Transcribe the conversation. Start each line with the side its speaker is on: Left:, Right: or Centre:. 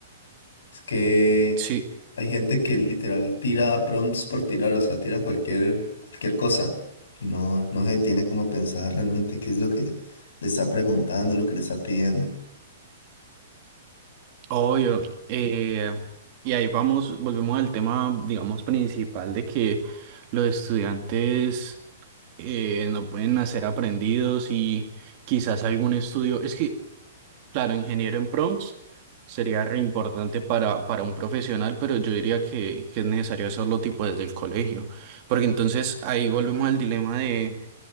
Left: Es que
Right: Sí.
Left: hay gente que literal tira prompts por tirar, o sea, tira cualquier, cualquier cosa y no, no se tiene como a pensar realmente qué es lo que le está preguntando, lo que le está pidiendo.
Right: Obvio. eh, y ahí vamos, volvemos al tema, digamos, principal de que los estudiantes eh, no pueden nacer aprendidos y quizás algún estudio. Es que, claro, ingeniero en prompts sería re importante para, para un profesional, pero yo diría que, que es necesario hacerlo tipo desde el colegio. Porque entonces ahí volvemos al dilema de